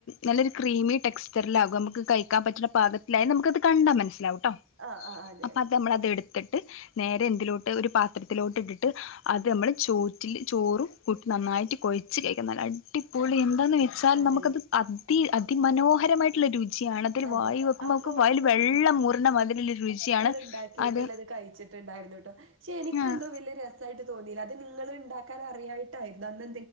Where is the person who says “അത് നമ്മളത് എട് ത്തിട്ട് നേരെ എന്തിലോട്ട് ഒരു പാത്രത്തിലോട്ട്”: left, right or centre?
Left